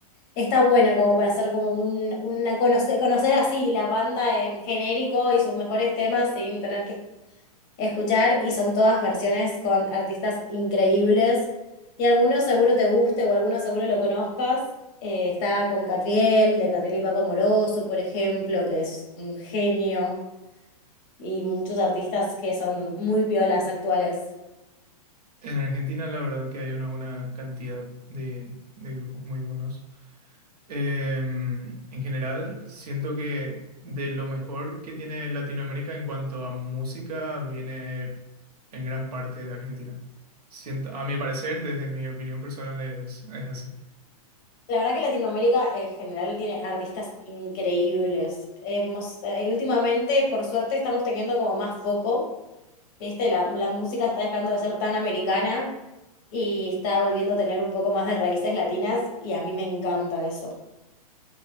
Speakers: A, on the left; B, on the right.
A: está bueno como para hacer como un, una conocer, conocer así la banda en genérico y sus mejores temas sin tener que escuchar y son todas versiones con artistas increíbles. Y alguno seguro te guste o alguno seguro lo conozcas. Eh, está con Catriel, de Catriel y Paco Moroso, por ejemplo, que es un genio, y muchos artistas que son muy piolas actuales.
B: En Argentina la verdad que hay una buena cantidad de, de grupos muy buenos. Em, en general, siento que de lo mejor que tiene Latinoamérica en cuanto a música viene en gran parte de Argentina. Siento, a mi parecer, desde mi opinión personal, es, es así.
A: La verdad que Latinoamérica en general tiene artistas increíbles. Hemos, eh, últimamente, por suerte, estamos teniendo como más foco. ¿Viste? La, la música está dejando de ser tan americana y está volviendo a tener un poco más de raíces latinas y a mí me encanta eso.